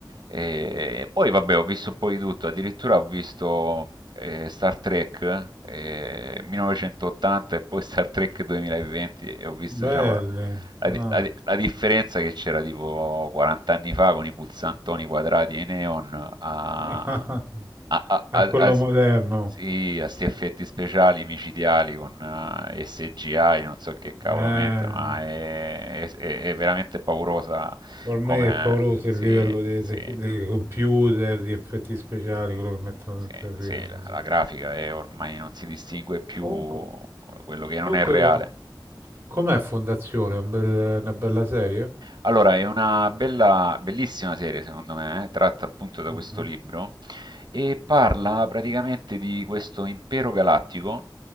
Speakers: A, on the right; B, on the right.
A: e poi vabbè, ho visto un po' di tutto, addirittura ho visto eh, Star Trek eh, 1980 e poi Star Trek 2020 e ho visto,
B: belle.
A: diciamo, la, la di-
B: Ah.
A: la di- la differenza che c'era tipo 40 anni fa con i pulsantoni quadrati e i neon a,
B: <laughs>
A: a, a- a-
B: A quello
A: a-
B: moderno.
A: sì, a sti effetti speciali micidiali con eh, SGI, non so che cavolo
B: Eh,
A: mettono, ma è, è- è veramente paurosa
B: ormai
A: come...
B: è pauroso
A: Sì,
B: il livello dei,
A: sì.
B: tec- dei computer, di effetti speciali, quello che mettono
A: Sì,
B: dentro i film.
A: sì, la,
B: sì.
A: la grafica è ormai non si distingue più
B: Comunque,
A: eh, quello che non
B: comunque,
A: è reale.
B: com'è Fondazione? Un bel- una bella serie?
A: Allora, è una bella, bellissima serie, secondo me, eh, tratta appunto da
B: Mhm,
A: questo libro e parla praticamente di questo impero galattico